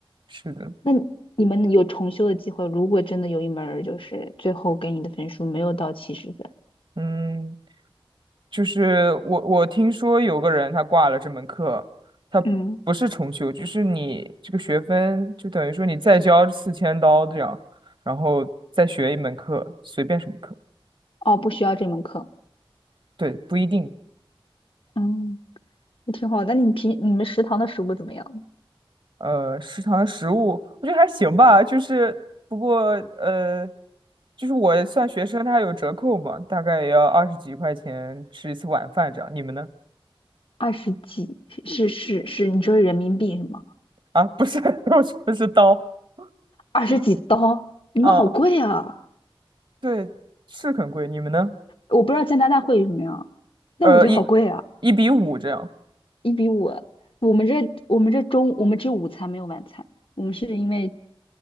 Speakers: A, on the right; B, on the left.
A: 是的，
B: 那你们有重修的机会，如果真的有一门儿就是最后给你的分数没有到七十分，
A: 嗯，就是我我听说有个人他挂了这门课，他不是重修，
B: 嗯，
A: 就是你这个学分就等于说你再交四千刀这样，然后再学一门课，随便什么课，
B: 哦，不需要这门课。
A: 对，不一定。
B: 嗯。也挺好。但你平你们食堂的食物怎么样？
A: 呃，食堂的食物，我觉得还行吧，就是不过呃，就是我算学生，它有折扣嘛，大概也要二十几块钱吃一次晚饭这样。你们呢？
B: 二十几是是是，你说是人民币是吗？
A: 啊，不是，<laughs> 不说不是刀
B: 二十几刀，
A: 具
B: 你们好贵啊！
A: 啊，对，是很贵。你们呢？
B: 我不知道加拿大会有什么样，但我觉得好贵啊，
A: 呃，一一比五这样。
B: 一比五。我们这我们这中我们只有午餐没有晚餐，我们是因为